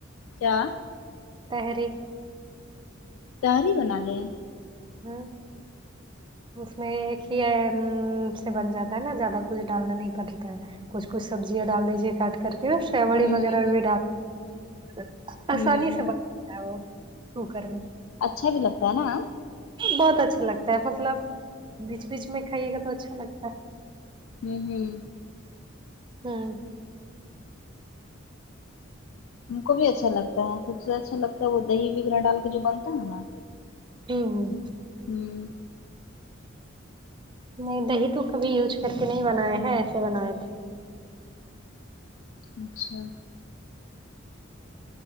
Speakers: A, on the left; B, on the right.
A: کیا
B: تہری
A: تہری بنالے
B: ہاں اس میں ایک ہی ہے امم سے بن جاتا ہے نا زیادہ کچھ ڈالنا نہیں پڑتا ہے کچھ کچھ سبزیاں ڈال دیجے کاٹ کر کے سیوڑی
A: ہوں
B: وغیرہ
A: ہوں ہوں
B: بھی ڈال
A: ہوں
B: آسانی سے بن ہوو کوکر میں
A: اچھا بھی لگتا ہے نا
B: بہت اچھا لگتا ہے مطلب بیچ بیچ میں کھائیے گا تو اچھا لگتا ہے
A: ہوں ہوں
B: ہاں
A: ہم کو بھی اچھا لگتا ہے سب سے اچھا لگتا ہے وہ دہی وغیرہ ڈال کے جو بنتا ہےنا
B: کیوں
A: ہوں
B: نہیں دہی تو کبھی یوز کر کے نہیں بنائے ہیں ایسے بنائے تھے
A: اچھا